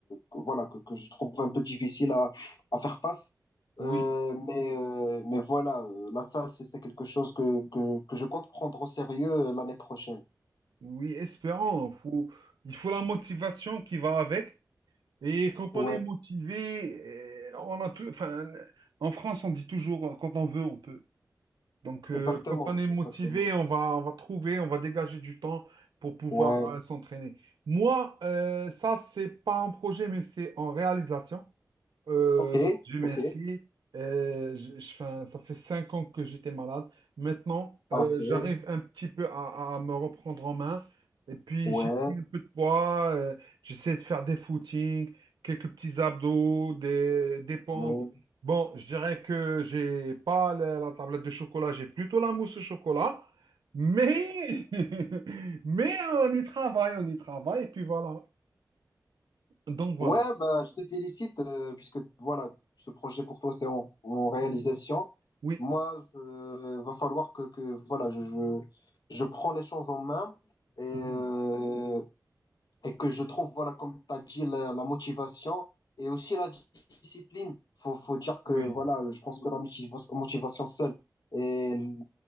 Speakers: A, on the left; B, on the right.
A: que- voilà, que, que je trouve un peu difficile à, à faire face.
B: Oui.
A: Euh, mais, euh, mais voilà, euh, la salle, c'est c'est quelque chose que, que, que je compte prendre au sérieux euh, l'année prochaine.
B: Oui, espérons. Faut, il faut la motivation qui va avec. Et quand
A: Ouais,
B: on est motivé, eh, on a tout, enfin, en France, on dit toujours, quand on veut, on peut. Donc, euh,
A: exactement,
B: quand on est motivé,
A: exactement.
B: on va, on va trouver, on va dégager du temps pour pouvoir
A: Ouais,
B: euh, s'entraîner. Moi, euh, ça, c'est pas un projet, mais c'est en réalisation. Euh,
A: ok,
B: Dieu merci.
A: ok,
B: Euh, je, je- 'fin, ça fait cinq ans que j'étais malade. Maintenant,
A: ok,
B: euh, j'arrive un petit peu à, à me reprendre en main. Et puis,
A: ouais.
B: j'ai pris un peu de poids. euh, j'essaie de faire des footings, quelques petits abdos, des, des pompes.
A: ouais.
B: Bon, je dirais que j'ai pas la, la tablette de chocolat, j'ai plutôt la mousse au chocolat. Mais, <laughs> mais on y travaille, on y travaille. Et puis voilà. Donc voilà.
A: Ouais, bah, je te félicite euh, puisque voilà, ce projet pour toi c'est en, en réalisation.
B: Oui.
A: Moi, je, va falloir que, que voilà, je, je, je prends les choses en main et euh,
B: Mhm.
A: et que je trouve, voilà, comme tu as dit, la, la motivation et aussi la di- discipline. Faut, faut dire que,
B: Oui.
A: voilà, je pense que la motiva- motivation seule elle-